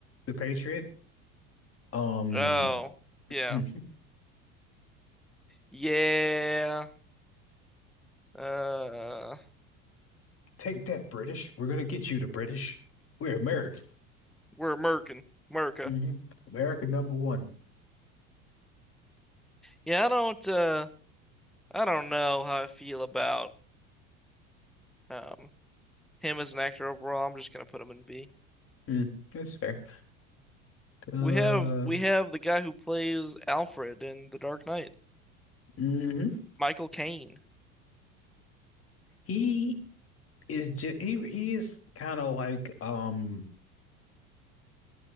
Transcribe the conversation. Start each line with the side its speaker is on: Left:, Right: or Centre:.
Left: The Patriot. Um,
Centre: Oh,
Left: <laughs>
Centre: yeah,
Left: hmm.
Centre: yeah. Uh,
Left: take that, British. We're gonna get you, the British. We're America.
Centre: we're American, America.
Left: hmm America number one.
Centre: Yeah, I don't, uh, I don't know how I feel about um him as an actor overall. I'm just gonna put him in B.
Left: Mm, that's fair. Uh,
Centre: We have we have the guy who plays Alfred in The Dark Knight,
Left: hmm
Centre: Michael Caine.
Left: He is just he he is kind of like um